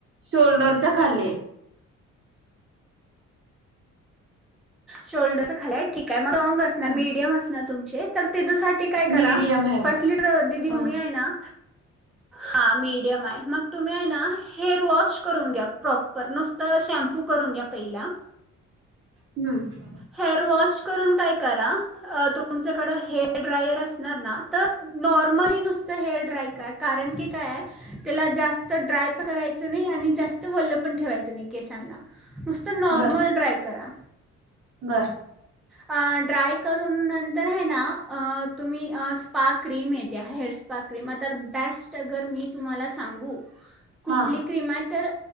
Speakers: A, on the right; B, in the centre.
A: शोल्डरच्या खाली
B: शोल्डर च्या खाली हाय ठीक हाय मग लॉंग असणार
A: हा
B: मिडीयम असणार तुम <inaudible> त्याज्यासाठी काय करा
A: मीडियम आहे
B: फस्टली दिदी
A: हा
B: तुम्ही हाय ना हा मीडियम आहे मग तुम्ही आहे ना हेअर वॉश करून घ्या प्रॉपर नुसतं शाम्पू करून घ्या पहिला
A: हम्म
B: हेअर वॉश करून काय करा अ तु तुमच्याकड हेअर ड्रायर अस सणार तर नॉर्मली नुसत हेअर ड्राय क कारण की काय आहे त्याला जास्त ड्राय पण करायचं नाही आणि जास्त वल्ल पण ठेवायचं नाही केसांना नुसतं नॉर्मल
A: बर
B: ड्राय करा
A: बर
B: अ ड्राय करून नंतर आहे ना अ तुम्ही अ स्पा क्रीम येत्या हेअर स्पा क्रीम आता बेस्ट अगर मी तुम्हाला सांगू कुठली
A: हा
B: क्रीम हाय तर